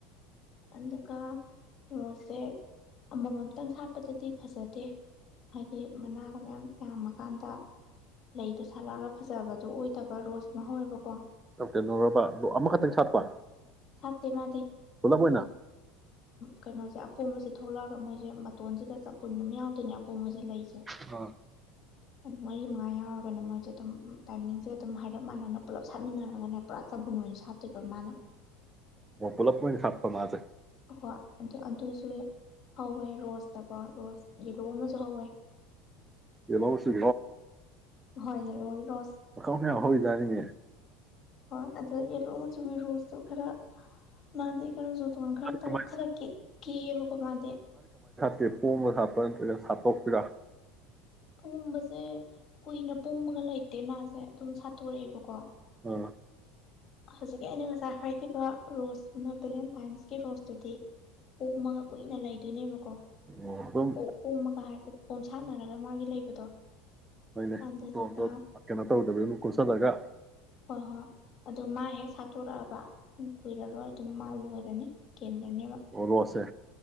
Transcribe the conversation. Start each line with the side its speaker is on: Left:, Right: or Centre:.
Left: ꯑꯗꯨꯀ ꯔꯣꯠꯁꯦ ꯑꯃꯃꯝ ꯈꯤꯇꯪ ꯁꯥꯠꯄꯗꯗꯤ ꯐꯖꯗꯦ ꯍꯥꯏꯗꯤ ꯃꯅꯥꯒ ꯃꯌꯥꯝ ꯌꯥꯝꯃꯛ ꯀꯥꯟꯗ ꯂꯩꯗꯣ ꯁꯥꯠꯂꯛꯑꯒ ꯐꯖꯕꯗ ꯑꯣꯏꯗꯕ ꯔꯣꯁ ꯑꯃ ꯍꯧꯋꯦꯕꯀꯣ
Right: ꯇ ꯅꯧꯔꯕ ꯑ ꯑꯃꯈꯛꯇꯪ ꯁꯥꯠꯄ
Left: ꯁꯥꯇ ꯃꯥꯗꯤ
Right: ꯐꯣꯂꯄꯣꯏꯅ
Left: ꯀꯩꯅꯣꯁꯦ ꯑꯄꯣꯝꯕꯁꯦ ꯊꯣꯛꯂꯛꯑꯒ ꯃꯣꯏꯁꯦ ꯃꯇꯣꯟꯁꯤꯗ ꯆꯄꯟ ꯑꯃ ꯌꯥꯎꯗꯣꯏꯅꯦ ꯑꯄꯣꯝꯕꯁꯦ ꯂꯩ
Right: ꯍ
Left: ꯑꯗꯨ ꯃꯔꯤ ꯃꯉꯥ ꯌꯥꯎꯔꯒꯅꯦ ꯃꯣꯏꯁꯦ ꯑꯗꯨꯝ ꯇꯥꯏꯃꯤꯡꯁꯦ ꯑꯗꯨꯝ ꯍꯥꯏꯔꯞ ꯃꯥꯟꯅꯅ ꯄꯨꯂꯞ ꯁꯥꯠꯃꯤꯟꯅꯔꯒꯅꯦ ꯄꯨꯔꯥ ꯆꯕꯨꯟ ꯑꯣꯏꯅ ꯁꯥꯠꯇꯣꯏꯕ ꯃꯥꯅ
Right: ꯃꯣꯄꯂꯞꯄ ꯁꯥꯄ ꯃꯥꯁꯦ
Left: ꯍꯣꯏ ꯑꯗꯨ ꯑꯗꯨꯁꯨ ꯍꯧꯋꯦ ꯔꯣꯁꯇꯀꯣ ꯔꯣꯁ ꯌꯦꯂꯣ ꯑꯃꯁꯨ ꯍꯧꯋꯦ
Right: ꯌꯦꯂ ꯁꯤꯥ
Left: ꯍ ꯌꯦꯂꯣ ꯔ
Right: ꯃꯈꯪ ꯃꯈꯌꯥꯝ ꯍꯖꯥꯅꯤꯡꯅꯦ
Left: ꯍꯣꯏ ꯑꯗꯨꯗꯣ ꯑꯦꯂ ꯑꯃ ꯆ ꯔꯣꯁꯇ ꯈꯔ ꯃꯥ ꯀꯩꯅꯣ ꯆꯇꯣꯟ ꯈꯔ
Right: ꯃꯥꯗꯤ ꯀꯃꯥꯏ
Left: ꯈꯂ ꯀꯦꯑꯕꯀꯣ ꯃꯥꯗꯤ
Right: ꯀꯦ ꯄꯣ ꯑꯃ ꯁꯥꯞꯄ ꯅꯠꯇ꯭ꯔꯒ ꯁꯥꯠꯇꯣꯛꯄꯤꯔꯥ
Left: ꯄꯣꯝꯕꯁꯦ ꯀꯨꯏꯅ ꯄꯣꯝꯃꯒ ꯂꯩꯇꯦ ꯃꯥꯁꯦ ꯑꯗꯨꯝ ꯁꯥꯠꯇꯣꯔꯛꯑꯦꯕꯀꯣ
Right: ꯑꯝ
Left: ꯍꯧꯖꯤꯛꯀꯤ ꯑꯩꯅ ꯉꯁꯥꯏ ꯍꯥꯏꯈꯤꯕ ꯔꯣꯁ ꯑꯃ ꯚꯦꯂꯦꯟꯇꯥꯏꯟꯁꯀꯤ ꯔꯣꯁꯇꯗꯤ ꯄꯣꯝꯃꯒ ꯀꯨꯏꯅ ꯂꯩꯗꯣꯏꯅꯦꯕꯀꯣ
Right: ꯑꯣ ꯑꯗꯨꯝ
Left: ꯄ ꯄꯣꯝꯃꯒ ꯍꯥꯏꯁꯦ ꯄꯣꯝꯁꯥꯠꯅꯔꯒ ꯃꯥꯒꯤ ꯂꯩꯕꯗꯣ
Right: ꯍꯣꯏꯅꯦ
Left: ꯑꯗꯨꯗꯨꯒ
Right: ꯃꯇꯣꯝꯗꯣ ꯑ ꯀꯩꯅꯣ ꯇꯧꯗꯕ ꯑꯗꯨꯝ ꯀꯨꯞꯁꯜꯂꯒ
Left: ꯍꯣꯏ ꯍꯣꯏ ꯑꯗꯨ ꯃꯥ ꯍꯦꯛ ꯁꯥꯠꯇꯣꯔꯛꯑꯕ ꯀꯨꯏꯔꯔꯣꯏ ꯑꯗꯨꯝ ꯃꯥ ꯂꯣꯏꯔꯅꯤ ꯀꯦꯟꯈ꯭ꯔꯅꯦꯕ
Right: ꯑꯣ ꯔꯣ꯭ꯁꯁꯦ